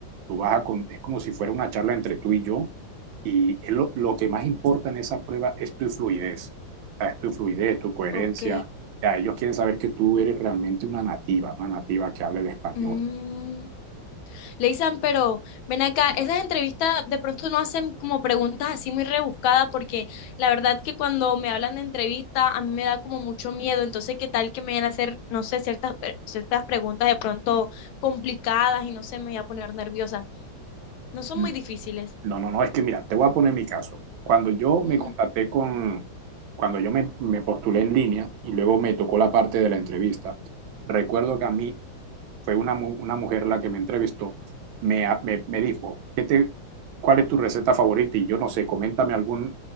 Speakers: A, on the right; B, on the left.
A: Tú vas a, con- es como si fuera una charla entre tú y yo, y es lo, lo que más importa en esa prueba es tu fluidez, o sea, es tu fluidez, tu coherencia
B: ok.
A: ya, ellos quieren saber que tú eres realmente una nativa, una nativa que habla el español.
B: Mm. Leisan, pero ven acá, esas entrevistas de pronto no hacen como preguntas así muy rebuscadas porque la verdad que cuando me hablan de entrevista a mí me da como mucho miedo, entonces qué tal que me vayan a hacer, no sé, ciertas, pre- ciertas preguntas de pronto complicadas y no sé, me voy a poner nerviosa. No son
A: Mm.
B: muy difíciles.
A: No, no, no, es que mira, te voy a poner mi caso. Cuando yo me
B: Ujú.
A: contacté con, cuando yo me, me postulé en línea y luego me tocó la parte de la entrevista, recuerdo que a mí fue una, mu- una mujer la que me entrevistó, me, a- me, me dijo, ¿qué te, ¿cuál es tu receta favorita? Y yo no sé, coméntame algún